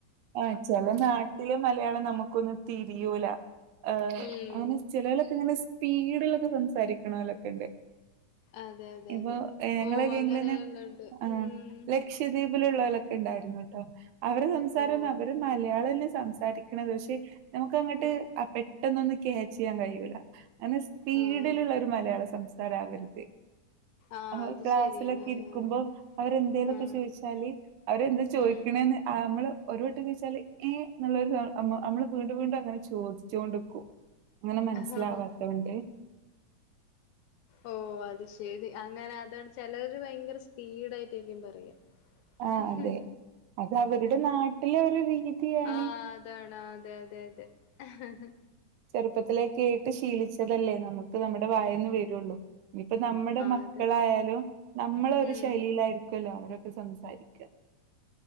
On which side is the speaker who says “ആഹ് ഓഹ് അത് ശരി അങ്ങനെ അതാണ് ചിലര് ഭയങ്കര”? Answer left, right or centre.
Left